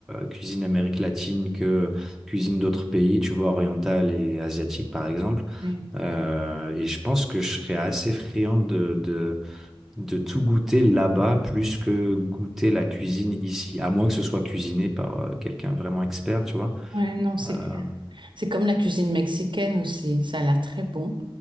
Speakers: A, in the centre; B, on the right.
A: cuisine Amérique latine que cuisine d'autres pays, tu vois, orientale et asiatique par exemple.
B: Oui.
A: Euh, et je pense que je serais assez friand de, de, de tout goûter là-bas plus que goûter la cuisine ici, à moins que ce soit cuisiné par euh, quelqu'un vraiment expert, tu vois.
B: Ouais, non, c'est
A: Euh,
B: clair. C'est comme la cuisine mexicaine aussi. Ça a l'air très bon,